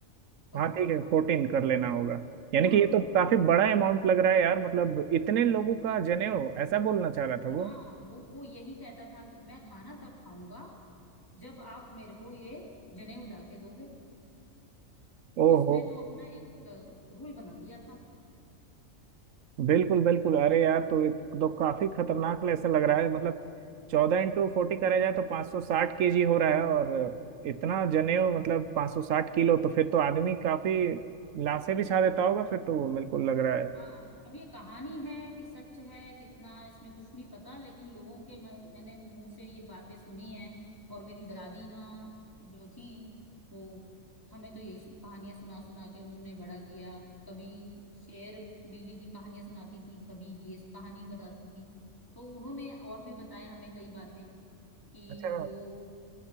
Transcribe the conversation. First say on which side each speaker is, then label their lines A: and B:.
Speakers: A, on the left; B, on the right.
A: कर
B: हाँ
A: लो
B: ठीक है
A: आप
B: फोर्टीन कर लेना होगा यानी
A: हाँ
B: कि ये तो काफी बड़ा अमाउंट लग रहा है यार मतलब इतने लोगों का जनेऊ ऐसा बोलना चाह रहा था वो
A: हाँ वो वो यही कहता था कि मैं खाना तब खाऊंगा जब आप मेरे को ये जनेऊ ला के दोगे
B: ओहो
A: उसने तो अपना एक अ, रूल बना लिया था
B: बिल्कुल बिल्कुल अरे यार तो ये तो काफी खतरनाक ऐसा लग रहा है मतलब चौदह इंटू फोर्टी करा जाए तो पाँच सौ साठ केजी हो रहा है और इतना जनेऊ मतलब पाँच सौ साठ किलो तो फिर तो आदमी काफी लाशें बिछा देता होगा फिर
A: अब
B: तो बिल्कुल लग रहा है
A: हाँ अब ये कहानी है कि सच है कितना इसमें कुछ नहीं पता लेकिन लोगों के म- मैंने मुंह से ये बातें सुनी हैं और मेरी दादी माँ जो थी तो हमें तो यही सु- कहानियां सुना सुना के उन्होंने बड़ा किया कभी शेर बिल्ली की कहानियां सुनाती थी कभी ये कहानी बताती थी तो उन्होंने और भी बताया हमें कई बातें कि
B: अच्छा
A: वो